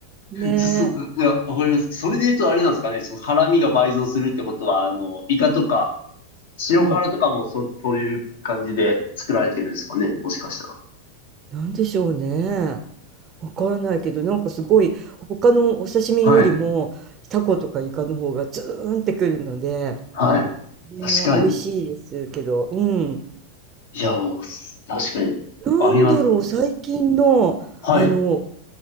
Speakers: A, on the right (about 25°); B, on the left (about 75°).
A: ねえ。
B: ちょそそいや、わかります。それで言うとあれなんですかね。その辛味が倍増するってことは、あの、イカとか、塩辛とかもそ、
A: うん。
B: そういう感じで作られてるんですかね。もしかしたら。
A: なんでしょうね。わからないけど、なんかすごい、他のお刺身よりも、
B: はい。
A: タコとかイカの方がツーンってくるので、
B: はい。
A: ねえ、
B: 確かに。
A: 美味しいですけど、うん。
B: いや、もう、す確かに。
A: なんだろう、
B: ありますもんね。
A: 最近の、
B: はい。
A: あの、